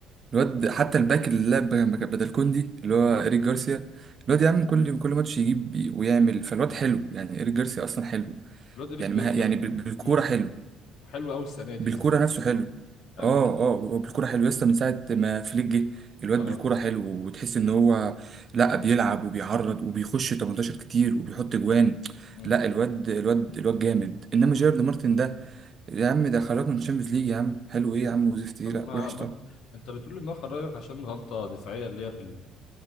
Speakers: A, on the right; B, on the left.
A: الواد حتى الباك اللي لعب مكا- بدل كوندي اللي هو إيريك جارسيا الواد يا عم كل كل ماتش يجيب بي- ويعمل فالواد حلو يعني إيريك جارسيا أصلا حلو
B: الواد ايريك
A: يعني
B: جارسيا
A: مها يعني
B: م-
A: بال- بالكورة
B: مم.
A: حلو
B: حلو قوي السنه دي
A: بالكورة
B: بالذات
A: نفسه حلو
B: يعني
A: اه
B: خل...
A: اه هو بالكورة حلو لسه من ساعة ما فليك جه الواد
B: اه
A: بالكورة حلو وتحس إن هو لا بيلعب وبيعرض وبيخش 18 كتير وبيحط جوان
B: مم.
A: لا الواد الواد الواد جامد إنما جيرد مارتن ده يا عم ده خرج من الشامبيونز ليج يا عم حلو إيه يا عم وزفت إيه
B: طب
A: لا
B: ما,
A: وحش
B: ما
A: طبعا
B: انت انت بتقول ان هو خرجك عشان غلطه دفاعيه اللي هي في ال...